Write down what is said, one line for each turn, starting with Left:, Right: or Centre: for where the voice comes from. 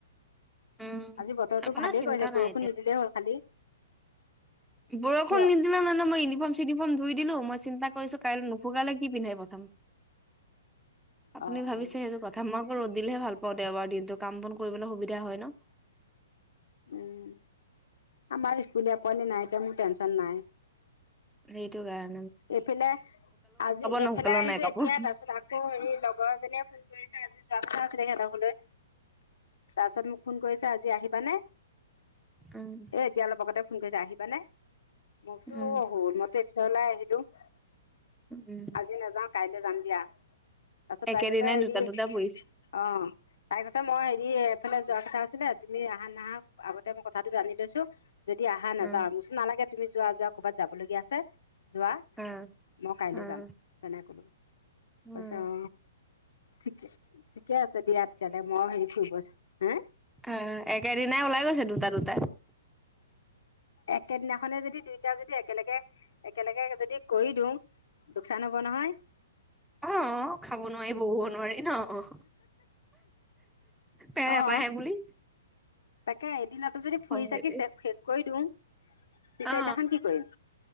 Centre: উম
Left: আজি বতৰটো
Centre: আপোনাৰ
Left: ভালে
Centre: চিন্তা
Left: কৰিছে
Centre: নাই
Left: বৰষুণ
Centre: এতিয়া
Left: নিদিলেই হ'ল খালি।
Centre: বৰষুণ
Left: কিয়
Centre: নিদিলে মানে মই ইউনিফৰ্ম চিনিফৰ্ম ধুই দিলো মই চিন্তা। কৰিছো কাইলৈ নুসুকালে কি পিন্ধি পথাম আপুনি
Left: অ
Centre: ভাবিছে
Left: অ
Centre: সেইটো কথা মই ৰ'দ দিলেহে ভাল পাওঁ দেওবাৰ দিনটো কাম বন কৰিবলৈ সুবিধা হয় ন।
Left: উম। আমাৰ স্কুলীয়া পোৱালি নাই এতিয়া মোৰ টেনচন নাই।
Centre: সেইটো কাৰ।
Left: এইফেলে আজি এইফেলে
Centre: নুশুকালেও
Left: আহিলো
Centre: নাই কাপোৰ
Left: এতিয়া তাৰ পিছত আকৌ হেৰি লগৰ এজনীয়ে? ফোন কৰিছে আজি যোৱা কথা আছিলে সিহতৰ ঘৰলৈ তাছত মোক ফোন কৰিছে আজি আহিবানে
Centre: উম
Left: এ এতিয়া অলপ আগতে ফোন কৰিছে আহিবানে। মোকচো
Centre: উম
Left: অহ মতে <unintelligible> <inaudible>
Centre: উম
Left: আজি নাযাওঁ কাইলৈ যাম দিয়া তাৰপিছত
Centre: একেদিনাই
Left: তাই কৈছে হেৰি
Centre: দুটা দুটা পৰিছে
Left: অ তাই কৈছে মই হে ই এফালে যোৱা কথা আছিলে তুমি আহা নাহা আগতে মই কথাটো জানি লৈছো। যদি অহা নাযাওঁ
Centre: উম
Left: মচো নালাগে। তুমি যোৱা যোৱা, ক'বাত যাবলগীয়া আছে। যোৱা
Centre: উম
Left: মই কাইলৈ
Centre: উম
Left: যাম তেনে কলো হৈছে
Centre: উম
Left: অ ঠিকে। ঠিকে আছা দিয়া তেতিয়াহলে মই হেৰি ফুৰিব। হা
Centre: আহ একেদিনাই ওলাই গৈছে দুটা দুটা।
Left: একেদিনাখনে যদি দুইটা যদি একেলগে কেনেকে যদি কৰি দিওঁ লোকচান হ'ব নহয়।
Centre: অ খাব নোৱাৰি বহিব নোৱাৰি ন অ। পেট
Left: আহ।
Centre: এটাহে বুলি
Left: তাকে। দিনতো যদি ফুৰি
Centre: হয়
Left: চাকি
Centre: দেই
Left: চে শেষ কৰি দিওঁ পিছৰদিনাখন
Centre: অ
Left: কি কৰিম